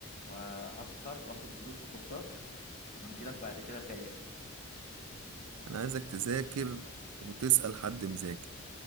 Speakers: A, on the left; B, on the right.
A: وهسهر واخد دروس وكورسات <laughs> وهجيلك بعد كده فايق
B: انا عايزك تذاكر وتسأل حد مذاكر